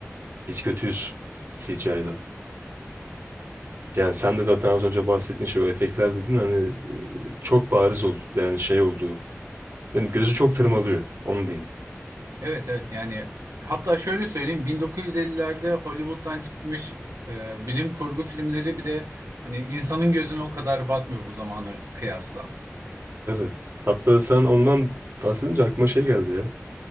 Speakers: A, on the right; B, on the right.
A: Biz kötüyüz CGI'da. Yani sen de zaten az önce bahsettin şey o efektler dedin hani e, çok bariz oldu. Yani şey olduğu. Değil mi? Gözü çok tırmalıyor. Onu diyeyim.
B: Evet evet yani hatta şöyle söyleyeyim 1950'lerde Hollywood'dan çıkmış e, bilim kurgu filmleri bile hani insanın gözüne o kadar batmıyor bu zamana kıyasla.
A: Evet. Hatta sen ondan bahsedince aklıma şey geldi ya.